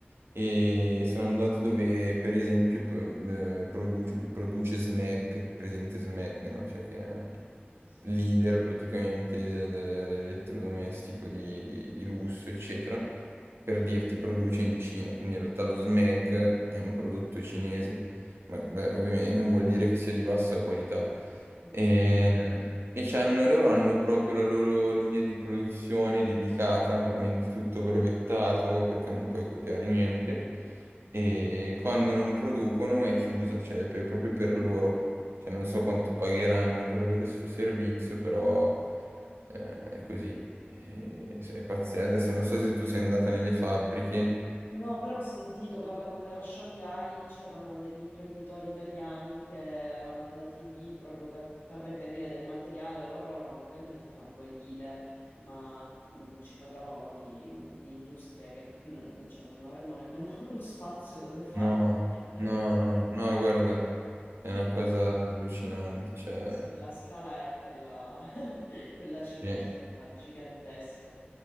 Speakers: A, on the right (about 85°); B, on the left (about 70°).
A: E sono andato dove, per esempio, p- eh, produce, produce Smeg, presente Smeg, no? Cioè che è
B: Sì, sì.
A: leader praticamente de- de- dell'elettrodomestico di, di lusso, eccetera. Per dirti, produce in Cina, quindi in realtà lo Smeg è un prodotto cinese ma- beh, ovviamente non vuol dire che sia di bassa qualità. Mm.
B: No.
A: E, e c'hanno- loro hanno proprio la loro linea di produzione dedicata, ovviamente tutto brevettato perché non puoi copiare niente. E quando non producono è chiusa, cioè per- proprio per loro. Cioè, non
B: sì.
A: so quanto pagheranno per avere questo servizio, però eh, è così. E- È pazzesco. Adesso non so se tu sei andata nelle fabbriche.
B: No, però ho sentito parlare quando ero a Shanghai, c'erano degli imprenditori italiani che erano andati lì proprio per, per reperire del materiale, loro erano credo nel campo edile, ma mm, ci parlavano di, di industria che qui non, cioè, non avremmo nemmeno <laughs> lo spazio dove farlo,
A: No,
B: perché
A: no, no, no,
B: eh,
A: guarda,
B: <laughs>
A: è una cosa allucinante, cioè,
B: eh sì, la scala è quella, <laughs> quella cinese,
A: sì.
B: quella gigantesca.